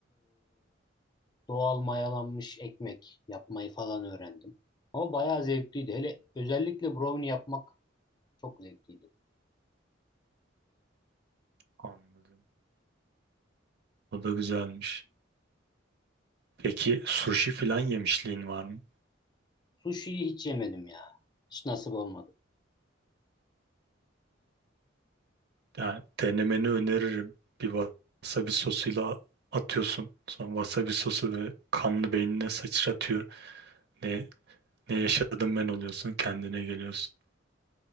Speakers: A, on the left; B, on the right.
A: doğal mayalanmış ekmek yapmayı falan öğrendim. Ama bayağı zevkliydi. Hele özellikle brownie yapmak çok zevkliydi.
B: Anladım. O da güzelmiş. Peki sushi falan yemişliğin var mı?
A: Sushi'yi hiç yemedim ya. Hiç nasip olmadı.
B: Yani denemeni öneririm. Bir wasabi sosuyla atıyorsun. Sonra wasabi sosu ve kanlı beynine sıçratıyor. Ne, ne yaşadım ben oluyorsun. Kendine geliyorsun.